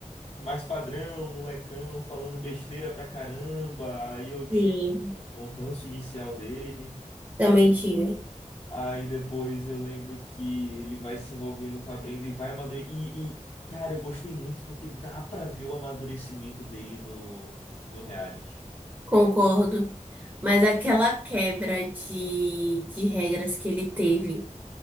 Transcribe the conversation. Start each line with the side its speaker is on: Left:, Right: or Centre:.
Left: Mais padrão, molecão, falando besteira pra caramba. Aí eu tive
Right: Sim,
Left: o o ranço inicial dele.
Right: também tive.
Left: Aí depois eu lembro que ele vai se envolvendo com a Brenda e vai amadurecer. E, e, cara, eu gostei muito porque dá pra ver o amadurecimento dele no, no reality.
Right: Concordo. Mas aquela quebra de, de regras que ele teve